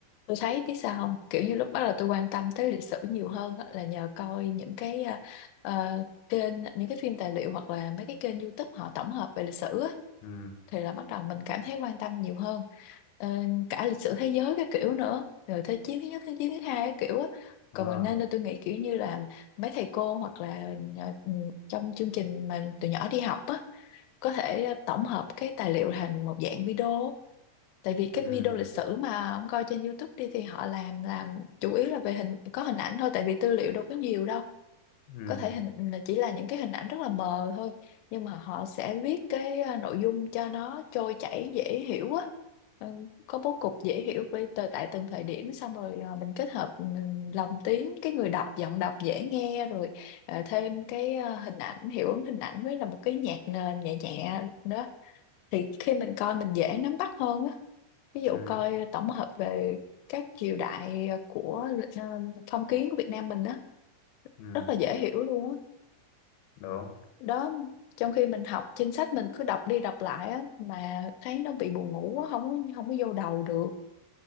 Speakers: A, on the left (about 85°); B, on the left (about 75°).
A: tôi thấy biết sao không kiểu như lúc bắt đầu tôi quan tâm tới lịch sử nhiều hơn á, là nhờ coi những cái à, à, kênh những cái phim tài liệu hoặc là mấy cái kênh YouTube họ tổng hợp về lịch sử á,
B: ừ
A: thì là bắt đầu mình cảm thấy quan tâm nhiều hơn Ờ, cả lịch sử thế giới các kiểu nữa rồi thế chiến thứ nhất thế chiến thứ hai các kiểu á
B: đúng
A: còn
B: rồi
A: mình nên tôi nghĩ kiểu như là mấy thầy cô hoặc là ờ, trong chương trình mà từ nhỏ đi học á có thể tổng hợp cái tài liệu thành một dạng video tại vì cái
B: ừ
A: video lịch sử mà ông coi trên YouTube đi thì họ làm làm chủ yếu là về hình có hình ảnh thôi tại vì tư liệu đâu có nhiều đâu
B: ừ
A: có thể hình là chỉ là những cái hình ảnh rất là mờ thôi nhưng mà họ sẽ viết cái à, nội dung cho nó trôi chảy dễ hiểu á Ừm, có bố cục dễ hiểu với từ tại từng thời điểm xong rồi à, mình kết hợp ừ, lồng tiếng cái người đọc giọng đọc dễ nghe rồi à, thêm cái à, hình ảnh hiệu ứng hình ảnh với là một cái nhạc nền nhẹ nhẹ nữa thì khi mình coi mình dễ nắm bắt hơn á ví dụ
B: ừ ừ
A: coi tổng hợp về các triều đại của ờ, phong kiến của Việt Nam mình á
B: ừ,
A: rất là dễ hiểu luôn á
B: đúng
A: đó. trong khi mình học trên sách mình cứ đọc đi đọc lại á mà thấy nó bị buồn ngủ á, không có không có vô đầu được